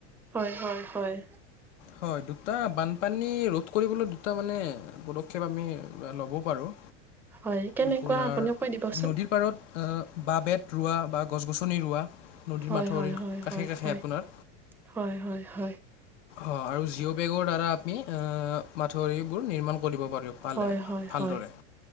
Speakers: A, in the centre; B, on the left.
A: হয় হয় হয়।
B: হয় দুটা বানপানী ৰোধ কৰিবলৈ দুটা মানে পদক্ষেপ আমি ল'ব পাৰোঁ।
A: হয় কেনেকুৱা
B: আপোনাৰ
A: আপুনি কৈ দিবচোন।
B: নদীৰ পাৰত বাঁহ বেত ৰোৱা বা গছ গছনি ৰোৱা। নদীৰ
A: হয়
B: মাথাউৰিৰ
A: হয় হয়
B: কাষে
A: হয়
B: কাষে
A: হয়
B: আপোনাৰ
A: হয় হয় হয়।
B: অ জিঅ' বেগৰ দ্বাৰা আমি এ মাথাউৰিবোৰ নিৰ্মাণ কৰিব পাৰি পালে
A: হয়
B: ভালদৰে
A: হয় হয়